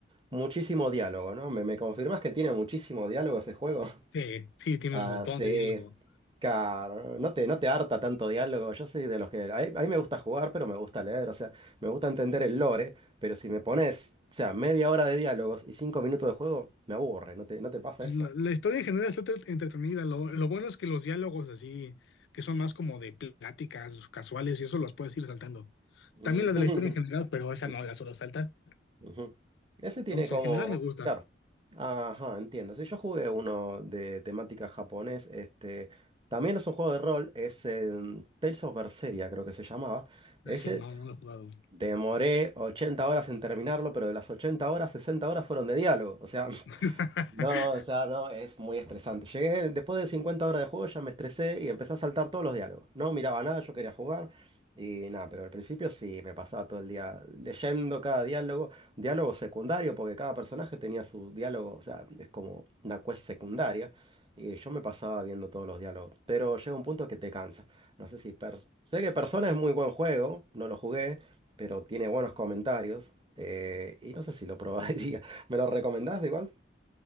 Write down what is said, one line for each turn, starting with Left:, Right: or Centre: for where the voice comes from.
Right: muchísimo diálogo, ¿no? ¿Me, me confirmas que tiene muchísimo diálogo ese juego?
Left: sí, sí, tiene
Right: Ah,
Left: un montón
Right: sí.
Left: de diálogo.
Right: Claro, no te, no te harta tanto diálogo. Yo soy de los que. A mí, a mí me gusta jugar, pero me gusta leer. O sea, me gusta entender el lore. Pero si me pones, o sea, media hora de diálogos y cinco minutos de juego, me aburre. No te, no te pasa
Left: Pues
Right: eso.
Left: La, la historia en general está entre- entretenida. Lo, lo bueno es que los diálogos así, que son más como de pláticas casuales y eso las puedes ir saltando.
Right: Ujú.
Left: También la
Right: <laughs>
Left: de la historia en general, pero esa no, la solo salta.
Right: Ujú. Ese tiene
Left: Entonces,
Right: como.
Left: en general me gusta.
Right: Claro. Ajá, entiendo. Sí, yo jugué uno de temática japonés. Este, también es un juego de rol. Es em, Tales of Berseria, creo que se llamaba. Ese.
Left: Así, no, no lo he jugado.
Right: Demoré 80 horas en terminarlo, pero de las 80 horas, 60 horas fueron de diálogo. O sea,
Left: <laughs>
Right: no, o sea, no, es muy estresante. Llegué después de 50 horas de juego, ya me estresé y empecé a saltar todos los diálogos. No miraba nada, yo quería jugar y nada, pero al principio sí, me pasaba todo el día leyendo cada diálogo, diálogo secundario, porque cada personaje tenía su diálogo, o sea, es como una quest secundaria y yo me pasaba viendo todos los diálogos, pero llega un punto que te cansa. No sé si... Pers- sé que Persona es muy buen juego, no lo jugué, pero tiene buenos comentarios eh, y no sé si lo probaría. <laughs> ¿Me lo recomendás igual?